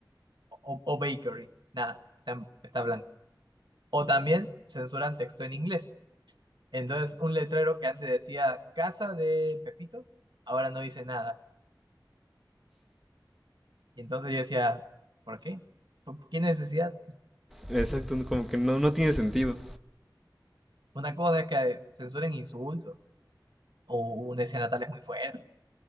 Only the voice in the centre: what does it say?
Exacto, no, como que no, no tiene sentido.